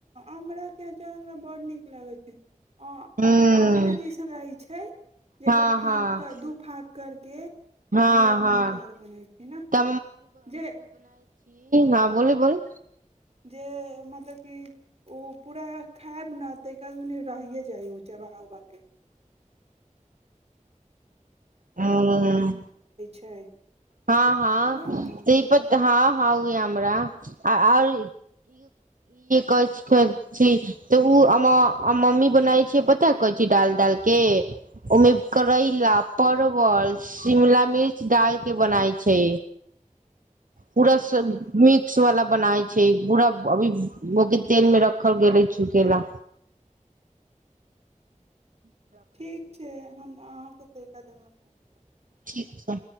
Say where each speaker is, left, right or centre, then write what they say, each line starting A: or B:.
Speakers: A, on the right; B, on the right.
A: आमरकके अँचार हमरा बड्ड नीक लगै छै। आ
B: हूँ
A: आँवले जैसन रहै छै जकर
B: हँ
A: फाँक
B: हँ
A: दू फाँक करकेऽ
B: हँ
A: आमराके
B: हँ
A: यहाँ अँचाउर बनै छै ने
B: तऽ
A: जे।
B: न बोल बोल
A: जे मतलब कि ओ पूरा खायब ने तै क रहिे जाइ ओ चढ़ा उव के।
B: ह
A: छै
B: हँ हँ
A: उएह
B: त्रिपत
A: ने आम
B: हँ। उ य हमरा आ आर तऽ ओ मम्मी बनाय छै पता कर छी डाल दाल के ओमेी करै ल परवल शिमला मिर्च डाल के बनाइ छै। पूरा
A: अच्छा ऐसे
B: मिक्स
A: ने।
B: वाला बनाय छै पूरा अभी तेल मे रखल गेले छ केला।
A: ठीक छै हम अहाँके देख साधारमे।
B: ठीक छै।